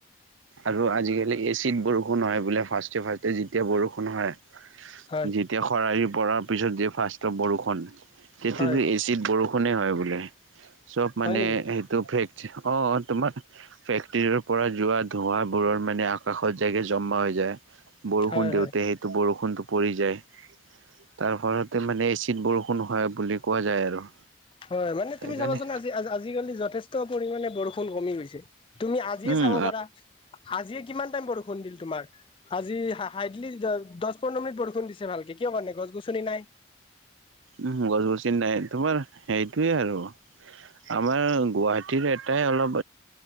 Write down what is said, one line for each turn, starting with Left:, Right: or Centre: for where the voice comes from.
Right: আৰু আজিকালি এচ বৰষুণ হয় বোলে ফাষ্টে ফাৰ্ষ্ট যেতিয়া বৰষুণ হয়,
Left: হয়
Right: যেতিয়া খৰালিৰ পৰা পিছত দিয় ফাৰ্ষ্টত বৰষুণ তেটো
Left: হয়
Right: এচিড বৰষুণে হয় বোলে। চব মানে
Left: হয় নেকি
Right: সেইটো ফেক, অ' তোমাৰ ফেক্টৰীৰ পৰা যোৱা ধোঁৱাবোৰৰ মানে আকাশত যায় যে জমা হৈ যায়। বৰষুণ
Left: হয়
Right: দিওঁতে
Left: হয়
Right: সেইটো বৰষুণটো পৰি যায়। তাৰ ফলতে মানে এচিড বৰষুণ হয় বুলি কোৱা যায় আৰু।
Left: হয় মানে
Right: সেইকাৰণে
Left: তুমি চাবাচোন আজি আজিকালি যথেষ্ট পৰিমাণে বৰষুণ কমি গৈছে। তুমি আজিয়ে
Right: উম
Left: চাব পাৰা আজিয়ে কিমান টাইম বৰষুণ দিলে তোমাৰ! আজি হাইডলি দহ পোন্ধৰ মিনিট বৰষুণ দিছে ভালকে। কিহৰ কাৰণে গছ গছনি নাই।
Right: উম, গছ গছি নাই তোমাৰ সেইটোয়ে আৰু। আমাৰ গুৱাহাটীৰ এটাই অলপ